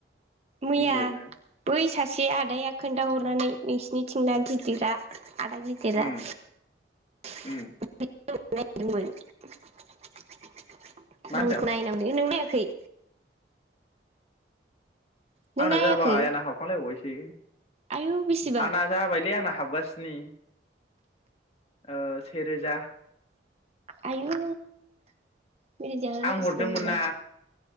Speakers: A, on the right (about 35°); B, on the left (about 35°).
A: मैया
B: गिदिरनो
A: बै सा एसे आदाया खोन्थाहरनानै नोंसिनिथिं ना गिदिरा आदा गिदिरा
B: उम
A: <unintelligible> <unintelligible>
B: उम मा
A: रांखौ
B: होनदों
A: नायनांगौ नों नाया खै नों
B: आंना
A: नायाखै
B: जाबाय आंना हाबखांलायबावबायसो बेयो
A: आयु बेसेबां
B: आना जाबायलै आंना हाबगासिनो। ओ सेे रोजा
A: आयु मिदाय जाहोनांसिगोन
B: आं हरदोंमोन
A: होनबा
B: ना